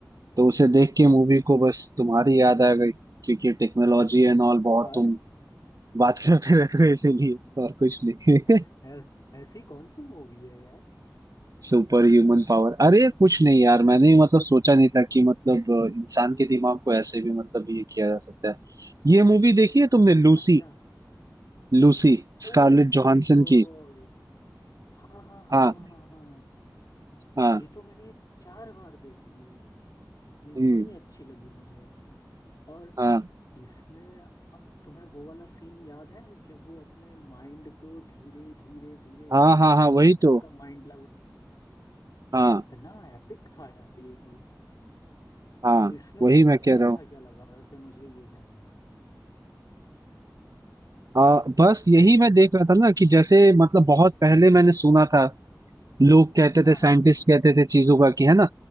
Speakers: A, on the right; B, on the left.
A: तो उसे देख के मूवी को बस तुम्हारी याद आ गई क्योंकि टेक्नोलॉजी एंड ऑल बहुत
B: अरे
A: तुम बात करते <laughs> रहते हो इसीलिए और कुछ नहीं
B: <laughs>
A: <laughs>
B: ऐ- ऐसी कौन सी मूवी है यार
A: Super human power अरे कुछ नहीं यार मैंने ही मतलब सोचा नहीं था कि मतलब अ, इंसान के दिमाग को ऐसे भी मतलब ये किया जा सकता है ये मूवी देखी है तुमने लूसी
B: अच्छा
A: लूसी स्कारलेट
B: Oh my
A: जोहानसन
B: God
A: की
B: हाँ हाँ हाँ
A: हाँ
B: हाँ हाँ हाँ
A: हाँ
B: ये तो मैंने चार बार देखी है ये इतनी
A: हम्म
B: अच्छी लगी मुझे और
A: हाँ
B: इसमें अ, तुम्हें वो वाला सीन याद है जब वो अपने माइंड को धीरे धीरे धीरे
A: हाँ
B: स्टेप
A: हाँ
B: बाय
A: हाँ
B: स्टेप
A: वही तो
B: उसका माइंड कितना
A: हाँ
B: एपिक था यार ये तो
A: हाँ
B: तो इसमें
A: वही
B: तुम्हें
A: मैं
B: सबसे
A: कह
B: अच्छा
A: रहा हूँ
B: क्या लगा वैसे मुझे ये जानना है
A: हाँ बस यही मैं देख रहा था ना कि जैसे मतलब बहुत पहले मैंने सुना था लोग कहते
B: हाँ
A: थे साइंटिस्ट
B: हाँ
A: कहते थे चीजों का कि है ना